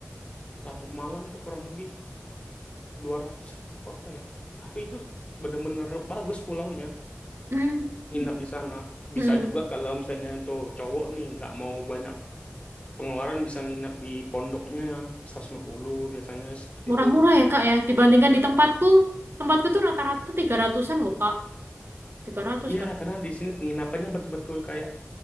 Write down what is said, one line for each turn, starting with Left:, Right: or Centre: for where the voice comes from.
Left: satu malam itu kurang lebih 200 ribu apa ya. Tapi itu bener-bener bagus pulaunya
Right: Mm.
Left: nginap di sana. Bisa
Right: Mm-mm.
Left: juga
Right: <laughs>
Left: kalau misalnya untuk cowok nih nggak mau banyak pengeluaran bisa nginap di pondoknya 150 biasanya seperti
Right: Murah-murah
Left: itu.
Right: ya Kak ya. Dibandingkan di tempatku. Tempatku tuh rata-rata 300-an loh Kak. tiga ratus
Left: Iya
Right: Kak.
Left: karena di sini penginapannya betul-betul kayak